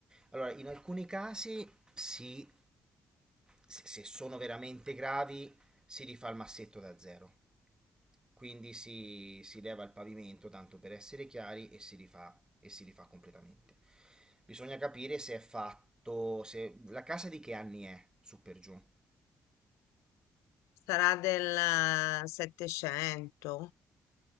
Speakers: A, on the right; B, on the left.
A: Allora, in alcuni casi si, se se sono veramente gravi, si rifà il massetto da zero. quindi si, si leva il pavimento tanto per essere chiari e si rifà, e si rifà completamente. Bisogna capire se è fatto, se la casa di che anni è su per giù.
B: Sarà del eh, 700?